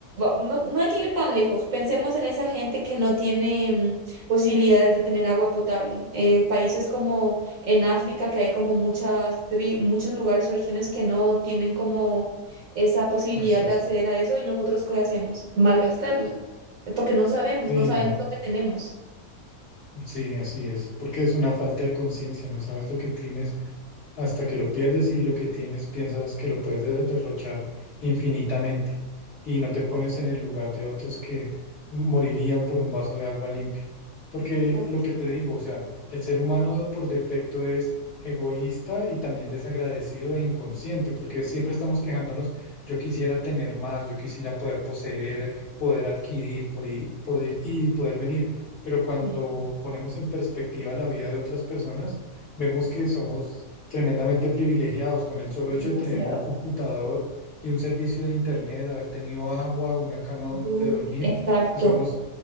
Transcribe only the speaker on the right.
no, no hay que ir tan lejos. Pensemos en esa gente que no tiene mm, posibilidades de tener agua potable. Eh, países como en África, que hay como muchas tri- muchos lugares, regiones que no tienen como esa posibilidad
de acceder a eso, y nosotros ¿qué hacemos? Malgastarla. eh, Porque no sabemos,
no sabemos
lo que tenemos.
Co-
Exacto,
sí,
es
demasiado.
Du-
Exacto,